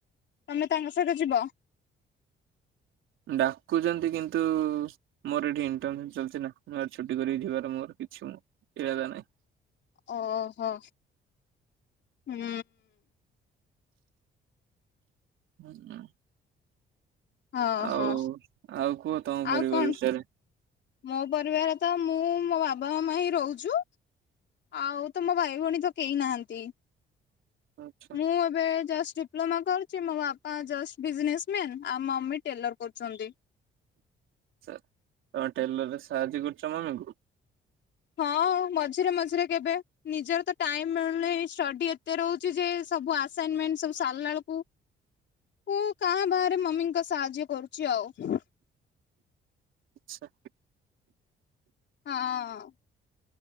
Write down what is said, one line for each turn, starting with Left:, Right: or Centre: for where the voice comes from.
Left: ତମେ ତାଙ୍କ ସହିତ ଯିବ?
Right: ଡାକୁଛନ୍ତି କିନ୍ତୁ ମୋର ଏଠି ଇଣ୍ଟର୍ନସିପ୍ ଚାଲିଛି ନା ଛୁଟି କରିକି ଯିବାର ମୋର କିଛି ଇରାଦା ନାହିଁ।
Left: ଓହୋ ହୁଁ।
Right: ହୁଁ।
Left: ଓହୋ
Right: ଆଉ ଆଉ କ କୁହ ତମ
Left: ଆଉ
Right: ପରିବାର
Left: କଣ
Right: ବିଷୟରେ?
Left: ମୋ ପରିବାର ତ ମୁଁ ମୋ ବାବା ମାମା ହିଁ ରହୁଛୁ ଆଉ ତ ମୋ ଭାଇ ଭଉଣୀ ତ କେହି ନାହାନ୍ତି।
Right: ଆଛା
Left: ମୁଁ ଏବେ ଜଷ୍ଟ ଡିପ୍ଲୋମା କର ମୋ ବାପା ଜଷ୍ଟ୍ ବିଜନେସ ମ୍ୟାନ ଟେଲର କରୁଛନ୍ତି।
Right: ସେଇୟା। ଟେଲର ରେ ସାହାଯ୍ୟ କରୁଛ ମମିଙ୍କୁ
Left: ହଁ ମଝିରେ ମଝିରେ କେବେ ନିଜର ତ ଟାଇମ ମିଳୁନି ଷ୍ଟଡି ଏତେ ରହୁଛି ଯେ ସବୁ ଆସାଇନମେଣ୍ଟ ସବୁ ସାରିଲା ବେଳକୁ ଓ କାଁ ବାହାରେ ମମିଙ୍କ ସାହାଯ୍ୟ କରୁଛି ଆଉ।
Right: ଆଛା।
Left: ହଁ।